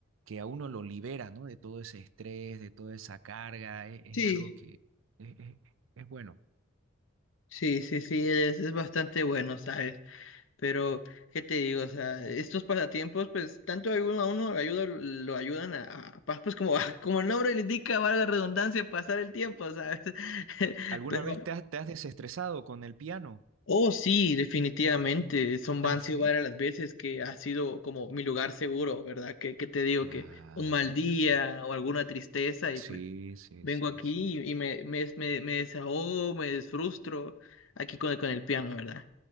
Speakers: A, on the right; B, on the left.
A: que a uno lo libera, ¿no? De todo ese estrés, de toda esa carga, es, es
B: sí,
A: algo que, es, es bueno.
B: Sí, sí, sí, es, es bastante bueno, ¿sabes? Pero, ¿qué te digo? O sea, estos pasatiempos, pues, tanto a uno, a uno ayuda, lo ayudan a, a pa- pues, como, <laughs> como el nombre le indica, valga la redundancia, pasar el tiempo, ¿sabes? <laughs>
A: ¿Alguna
B: Pero
A: vez te has, te has desestresado con el piano?
B: Oh, sí, definitivamente. Son,
A: Ah,
B: han
A: sí.
B: sido varias las veces que ha sido como mi lugar seguro, ¿verdad? Que, que te digo
A: Claro,
B: que un mal día
A: sí.
B: o alguna tristeza y
A: Sí,
B: pues
A: sí,
B: vengo
A: sí,
B: aquí
A: sí.
B: y, y me, me, me, me desahogo, me desfrustro aquí con el, con el piano, ¿verdad?